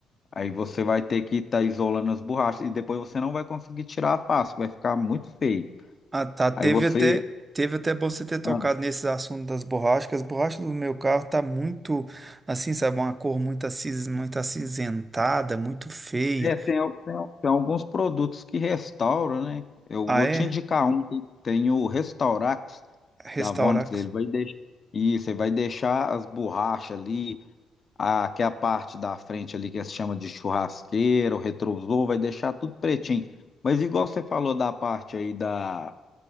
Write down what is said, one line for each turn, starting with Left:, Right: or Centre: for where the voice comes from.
Left: Aí você vai ter que estar isolando as borrachas e depois você não vai conseguir tirar fácil, vai ficar muito feio.
Right: Ah, tá. Teve
Left: Aí você.
Right: até, teve até bom você ter tocado
Left: Ah,
Right: nesse assunto das borrachas. que As borrachas do meu carro tá muito, assim, sabe, uma cor muito, acis, muito acinzentada, muito feia.
Left: é, tem, al- tem, al- tem alguns produtos que restauram, né? Eu
Right: Ah,
Left: vou
Right: é?
Left: te indicar um que tem o Restaurax
Right: Restaurar.
Left: da Vonix, ele vai deixar. Isso, ele vai deixar as borrachas ali, a, que é a parte da frente ali que se chama de churrasqueira, o retrovisor, vai deixar tudo pretinho. Mas igual você falou da parte aí da